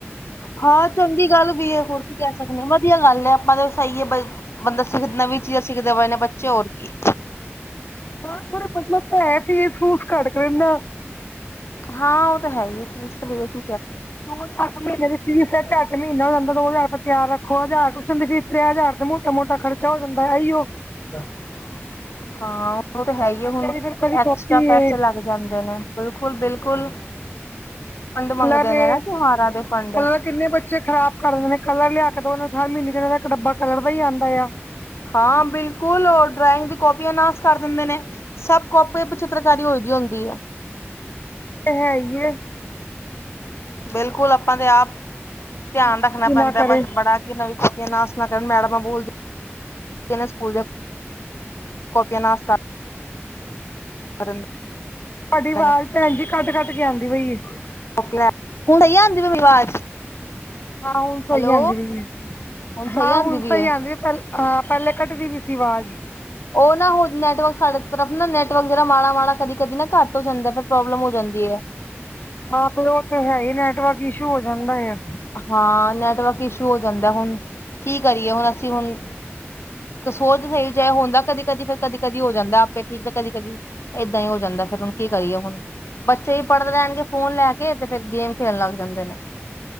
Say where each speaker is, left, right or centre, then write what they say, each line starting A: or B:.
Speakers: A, on the left; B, on the left.
A: ਹਾਂ। ਚੰਗੀ ਗੱਲ ਵੀ ਹੈ, ਹੋਰ ਕੀ ਕਹਿ ਸਕਦੇ ਹਾਂ? ਵਧੀਆ ਗੱਲ ਐ। ਆਪਾਂ ਤਾਂ ਸਹੀ ਏ, ਬ ਬੰਦਾ ਸਿੱਖ ਨਵੀਂ ਚੀਜ਼ਾਂ ਸਿੱਖਦੇ ਪਏ ਨੇ ਬੱਚੇ ਹੋਰ ਕੀ
B: ਨਾ ਥੋੜੇ ਮਤਲਬ ਭੈ ਫੇਸ ਫੂਸ ਘੱਟ ਕਰਨਾ
A: ਹਾਂ, ਉਹ ਤਾਂ ਹੈ ਹੀ ਹੈ। ਚੀਜ਼ ਤਾਂ ਵੇਖ
B: ਦੋ ਹਜ਼ਾਰ ਤਾਂ ਮਹੀਨੇ ਦੀ ਫੀਸ ਹੈ ਮਹੀਨਾ ਹੋ ਜਾਂਦਾ, ਦੋ ਹਜ਼ਾਰ ਰੁਪਇਆ ਤਿਆਰ ਰੱਖੋ, ਹਜ਼ਾਰ ਟਿਊਸ਼ਨ ਫੀਸ ਤੇ ਹਜ਼ਾਰ ਮੋਟਾ ਮੋਟਾ ਖਰਚਾ ਹੋ ਜਾਂਦਾ, ਇ ਹੀ ਓ
A: ਹਾਂ। ਉਹ ਤਾਂ ਹੈ ਹੀ
B: ਬੱਚਿਆਂ
A: ਹੁਣ,
B: ਦੀ ਫਿਰ ਕਦੀ
A: ਐਕਸਟਰਾ
B: ਕਾਪੀ
A: ਪੈਸੇ
B: ਏ
A: ਲੱਗ ਜਾਂਦੇ ਨੇ। ਬਿਲਕੁਲ-ਬਿਲਕੁਲ‌। ਫੰਡ ਮੰਗਦੇ
B: ਕਲਰ
A: ਨੇ
B: ਏ
A: ਨਾ, ਤਿਉਹਾਰਾਂ ਦੇ ਫੰਡ
B: ਕਲਰ ਕਿੰਨੇ ਬੱਚੇ ਖ਼ਰਾਬ ਕਰਦੇ ਨੇ, ਕਲਰ ਲਿਆ ਕੇ ਤਾਂ ਉਹਨਾਂ ਹਰ ਮਹੀਨੇ ਚ ਇਹਨਾਂ ਦਾ ਇੱਕ ਡੱਬਾ ਕਲਰ ਦਾ ਹੀ ਆਉਂਦਾ ਆ
A: ਹਾਂ, ਬਿਲਕੁਲ ਉਹ ਡਰਾਇੰਗ ਦੀ ਕਾਪੀਆਂ ਨਾਸ ਕਰ ਦਿੰਦੇ ਨੇ ਸਭ ਕਾਪੀ ਚਿੱਤਰਕਾਰੀ ਹੋਈ ਦੀ ਹੁੰਦੀ ਹੈ।
B: ਤੇ ਹੈ ਹੀ ਆ
A: ਬਿਲਕੁਲ ਆਪਾਂ ਤੇ ਆਪ ਧਿਆਨ
B: ਕੀ
A: ਰੱਖਣਾ
B: ਨਾ
A: ਪੈਂਦਾ
B: ਕਰੇ
A: ਬ ਬੜਾ ਕੀ ਨਵੀਂ ਕਾਪੀਆਂ ਨਾਸ ਨਾ ਕਰਨ, ਮੈਡਮਾਂ ਬੋਲਦੀਆਂ ਨੇ ਸਕੂਲ ਕਾਪੀਆਂ ਨਾਸ ਕਰ ਦਿੰਦੇ
B: ਤੁਹਾਡੀ ਆਵਾਜ਼
A: ਨੇ
B: ਭੈਣਜੀ, ਕੱਟ- ਕੱਟ ਕੇ ਆਂਦੀ ਪਈਏ।
A: ਲੈ, ਹੁਣ ਸਹੀ ਆਉਦੀ ਪਈ ਆਵਾਜ਼
B: ਹਾਂ, ਹੁਣ ਸਹੀ
A: ਹੈਲੋ
B: ਆਉਂਦੀ ਪਈ ਹੈ,
A: ਸਹੀ
B: ਹਾਂ
A: ਆਂਦੀ
B: ਹੁਣ
A: ਪਈ
B: ਸਹੀ
A: ਏ।
B: ਆਉਂਦੀ ਪਹਿਲੇ ਹਾਂ, ਪਹਿਲੇ ਘੱਟ ਦੀ ਪਈ ਸੀ ਆਵਾਜ਼
A: ਉਹ ਨਾ, ਨੈਟਵਰਕ ਸਾਡੇ ਤਰਫ ਨਾ, ਨੈਟਵਰਕ ਜਿਹੜਾ ਮਾੜਾ- ਮਾੜਾ, ਕਦੀ ਕਦੀ ਨਾ ਘੱਟ ਹੋ ਜਾਂਦਾ। ਫਿਰ ਪ੍ਰੋਬਲਮ ਹੋ ਜਾਂਦੀ ਹੈ।
B: ਹਾਂ, ਫਿਰ ਉਹ ਤੇ ਹੈ ਹੀ, ਨੈਟਵਰਕ ਇਸ਼ੂ ਹੋ ਜਾਂਦਾ ਹੈ।
A: ਹਾਂ ਨੈਟਵਰਕ ਇਸ਼ੂ ਹੋ ਜਾਂਦਾ। ਹੁਣ ਕੀ ਕਰੀਏ? ਹੁਣ ਅਸੀਂ ਹੁਣ। ਸੋਚ ਸਹੀ ਚਾਹੇ ਹੁੰਦਾ ਕਦੀ- ਕਦੀ ਫਿਰਰ ਕਦੀ- ਕਦੀ ਹੋ ਜਾਂਦਾ ਆਪੇ ਠੀਕ ਤੇ ਕਦੀ- ਕਦੀ। ਏਦਾਂ ਹੀ ਹੋ ਜਾਂਦਾ ਫੇਿਰ ਹੁਣ ਕੀ ਕਰੀਏ ਹੁਣ? ਬੱਚੇ ਹੀ ਪੜ੍ਹਦੇ ਲੈਣਗੇ, ਫੋਨ ਲੈ ਕੇ ਤੇ ਫੇਿਰ ਗੇਮ ਖੇਣ ਲੱਗ ਜਾਂਦੇ ਨੇ